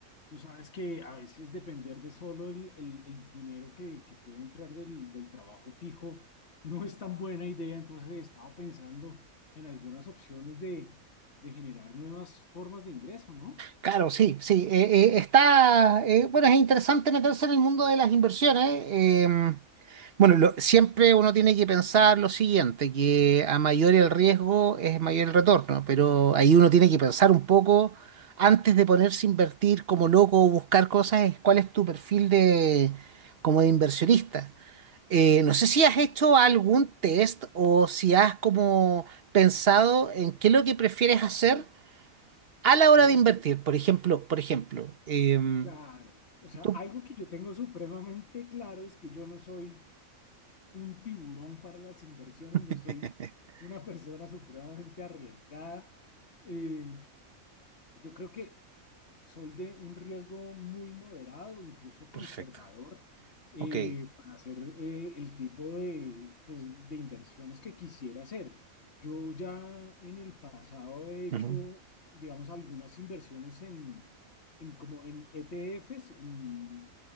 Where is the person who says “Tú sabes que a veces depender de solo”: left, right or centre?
Left